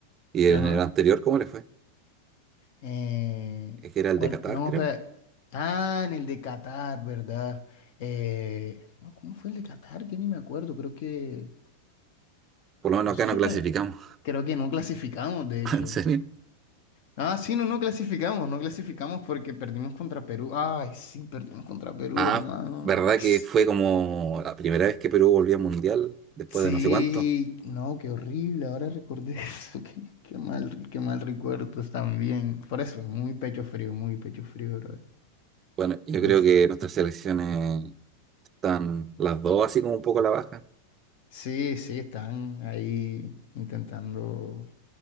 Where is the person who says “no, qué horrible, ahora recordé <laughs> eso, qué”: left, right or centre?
Left